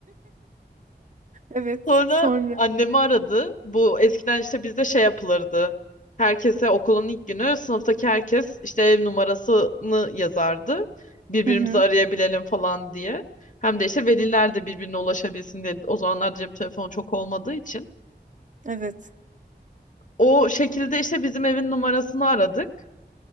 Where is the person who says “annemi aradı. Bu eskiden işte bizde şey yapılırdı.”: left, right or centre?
Left